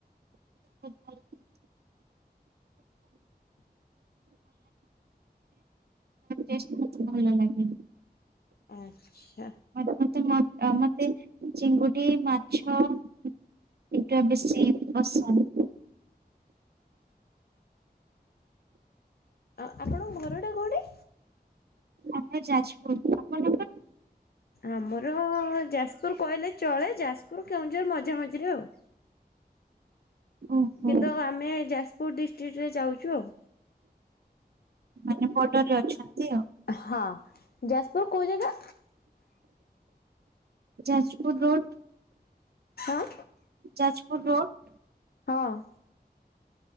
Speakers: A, on the right (about 70°); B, on the left (about 70°).
A: ଭଲ ଲାଗେ। ଟେଷ୍ଟ ମତେ ଭଲ ଲାଗେନି।
B: ଆଚ୍ଛା।
A: ମତେ ମତେ ମ ମତେ ଚିଙ୍ଗୁଡି ମାଛ ଏଇଟା ବେଶୀ ପଷନ୍ଧ।
B: ଆ ଆପଣଙ୍କ ଘର ଟା କୋଉଠି?
A: ଆମେ ଯାଜପୁର ଆପଣଙ୍କର?
B: ଆମର ଯାଜପୁର କହିଲେ ଚଳେ ଯାଜପୁର କେଉଁଝର ମଝାମଝିରେ ଆଉ।
A: ଓହୋ
B: କିନ୍ତୁ ଆଉ ଆମେ ଯାଜପୁର ଡିଷ୍ଟ୍ରିକ୍ଟରେ ଯାଉଚୁ ଆଉ।
A: ମାନେ ବଡରରେ ଅଛନ୍ତି ଆଉ।
B: ହଁ ଯାଜପୁର କଉ ଜାଗା?
A: ଯାଜପୁର ରୋଡ।
B: ହାଁ।
A: ଯାଜପୁର ରୋଡ଼।
B: ହଁ।